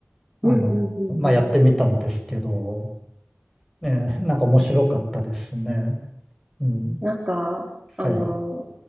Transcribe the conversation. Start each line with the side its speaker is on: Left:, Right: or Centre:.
Centre: あの、
Right: うんうん
Centre: まあ、やってみたんですけど、ええ、なんか面白かったですね。
Right: うん。へえ、
Centre: うん。
Right: なんか、あの、
Centre: はい。